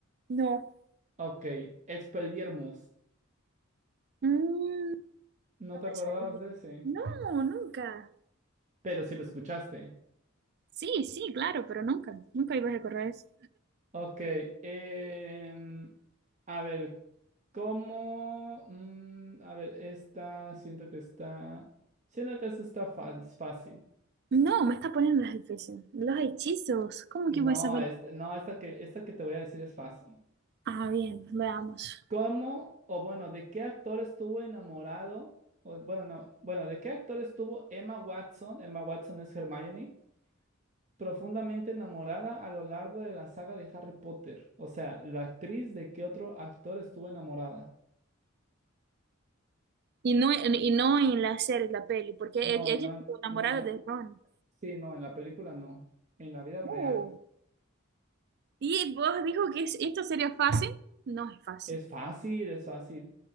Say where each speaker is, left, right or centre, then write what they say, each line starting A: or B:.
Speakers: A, on the right; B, on the right.
A: No.
B: Ok, Expelliarmus.
A: Mm,
B: ¿No
A: no
B: te
A: me
B: acordabas
A: sale.
B: de ese?
A: No, nunca.
B: Pero sí lo escuchaste.
A: Sí, sí, claro, pero nunca, nunca ibas a recordar eso.
B: Ok, em, a ver, ¿cómo? Mm, a ver, esta, siento que está, siento que esta está fa- es fácil.
A: No, me está poniendo las difíciles. Los hechizos, ¿cómo
B: No,
A: que voy a saber?
B: esta, no, esta que, esta que te voy a decir es fácil.
A: Ah, bien, veamos.
B: ¿Cómo, o bueno, de qué actor estuvo enamorado? O, bueno, no, bueno, ¿de qué actor estuvo Emma Watson? Emma Watson es Hermione, profundamente enamorada a lo largo de la saga de Harry Potter. O sea, ¿la actriz de qué otro actor estuvo enamorada?
A: Y no, en- y no en la serie, la peli, porque e-
B: No, y
A: ella
B: no,
A: estuvo enamorada
B: no,
A: de Ron.
B: Sí, no, en la película no. En la vida real.
A: Uh, y vos dijo que es- esto sería fácil. No es fácil.
B: Es fácil, es fácil.